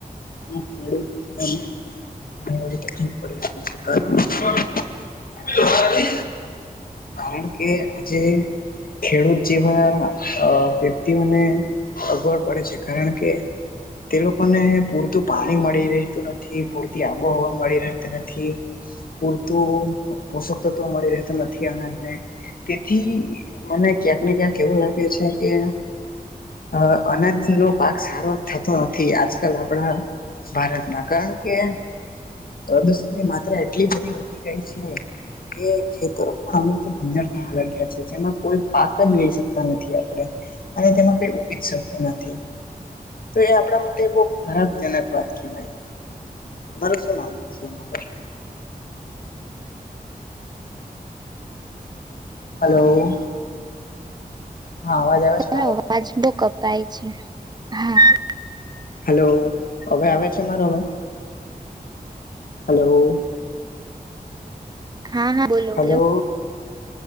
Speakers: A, on the left (about 65°); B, on the right (about 25°).
A: તકલીફ. બીજા બધા ને તકલીફ પડી છે કારણ કે કારણ કે આજે ખેડૂત જેવા અ વ્યક્તિઓને અવગડ પડે છે કારણ કે તે લોકોને પૂરતું પાણી મળી રહેતું નથી, પૂરતી આબોહવા મળી રહેતી નથી. પૂરતું પોષકતત્વ મળી રહેતો નથી અનાજને તેથી મને ક્યાંક ને ક્યાંક એવું લાગે છે કે અ અનાજનો પાક સારો થતો નથી આજકાલ આપણા ભારતમાં કારણ કે પ્રદુષણની માત્રા એટલી બધી વધી ગઈ છે. કે ખેતરો પણ અમુક તો બંજર થવા લાગ્યા છે જેમાં કોઈ પાક જ લઈ શકતા નથી આપડે. અને તેમાં કોઈ ઉગી જ શકતું નથી. તો એ આપણા માટે બહુ ખરાબજનક વાત કહેવાય. તમારું શું માનવું છે એના પર. હલો. હા અવાજ આવ
B: તમારો
A: છે મારો.
B: અવાજ બો કપાય છે. હા આવે.
A: હલો હવે આવે છે મારો અવાજ. હલો.
B: હા-હા બોલો-બોલો.
A: હલો